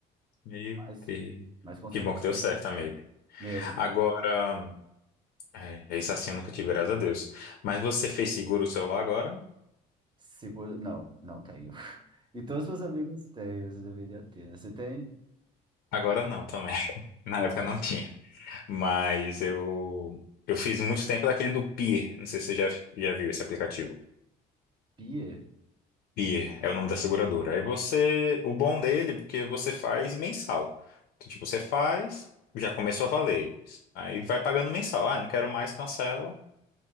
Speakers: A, on the left (about 75°); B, on the right (about 25°).
A: Meu
B: Mas,
A: Deus.
B: mas com certeza
A: Que bom que deu
B: tem.
A: certo, amigo.
B: Meu,
A: Agora, é, esse assim eu nunca tive, graças a Deus. Mas você fez seguro o celular agora?
B: seguro. Não, não tenho. <laughs> E todos os meus amigos têm, você deveria ter, né? Você tem?
A: Agora não também. <laughs> Na
B: Ah,
A: época não tinha. Mas eu eu fiz muito tempo daquele do Pier. Não sei se você já, já viu esse aplicativo.
B: Pia?
A: Pier é o nome da seguradora. Aí você, o bom dele, porque você faz mensal. Então, tipo, você faz, já começou a valer. Aí vai pagando mensal. Ah, não quero mais, cancela.